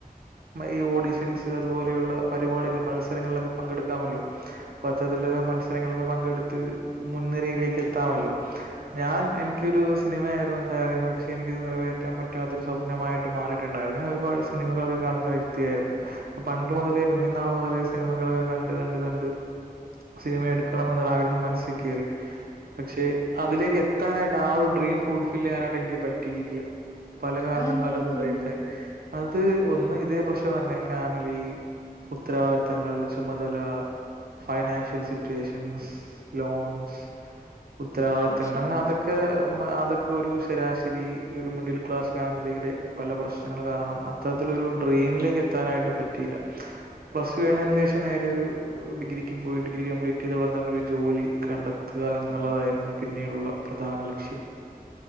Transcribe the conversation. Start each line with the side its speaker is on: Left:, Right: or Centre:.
Right: ഈ ഓഡീഷൻസ് അതുപോലെയുള്ള പരിപാടികൾ മത്സരങ്ങളിലൊക്കെ പങ്കെടുക്കാമല്ലോ അത്തരത്തിലുള്ള മത്സരങ്ങളൊക്കെ പങ്കെടുത്ത് മുൻനിരയിലേക്ക് എത്താമല്ലോ. ഞാൻ എനിക്കൊരു സിനിമയായിരുന്നു എന്റെ ആഗ്രഹം. പക്ഷെ എനിക്ക്ത് നിറവേറ്റാൻ പറ്റാത്തൊരു സ്വപ്നമായിട്ട് മാറിയിട്ടുണ്ടായിരുന്നു. ഞാൻ ഒരുപാട് സിനിമകള കാണുന്ന വ്യക്തിയായിരുന്നു അപ്പൊ പണ്ട് മുതലേ കുഞ്ഞനാൾ മുതലേ സിനിമകളൊക്കെ കണ്ട് കണ്ട് കണ്ട് സിനിമ എടുക്കണം എന്നൊരാഗ്രഹം മനസ്സിൽ കയറി പക്ഷെ അതിലേക്ക് എത്താനായിട്ട് ആ ഒരു ഡ്രീം ഫുൾഫിൽ ചെയ്യാനായിട്ട് എനിക്ക് പറ്റിയില്ല പല കാരണങ്ങളാല
Left: അതെന്ത് പറ്റി?
Right: അത് ബ്രേക്ക് ആയി അത് അത് ഒ ന്ന് ഇതേ പ്രശ്നം തന്നെ ഫാമിലി ഉത്തരവാദിത്തങ്ങൾ ചുമതല ഫൈനാൻഷ്യൽ സിറ്റുവേഷൻസ് ലോൺസ് ഉത്തരവാദിത്തങ്ങൾ
Left: പക്ഷേ
Right: അങ്ങനെ അതൊക്കെ മ അതൊക്കെ ഒരു ശരാശരി ഒരു മിഡിൽ ക്ലാസ് ഫാമിലിയുടെ പല പ്രശ്നങ്ങൾ കാരണം അത്ത തിലോരു ഡ്രീമിലേക്ക് എത്താനായിട്ട് പറ്റിയില്ല പ്ലസ് ടു കഴിഞ്ഞതിന് ശേഷം നേരെ ഒരു ഡിഗ്രിക്ക് പോയി ഡിഗ്രി കംപ്ലീറ്റ് ചെയ്ത ഉടം തന്നെ ഒരു ജോലി കണ്ടെത്തി ത്തുക എന്നുള്ളതായിരുന്നു
Left: ആ
Right: പിന്നീടുള്ള പ്രധാന ലക്ഷ്യം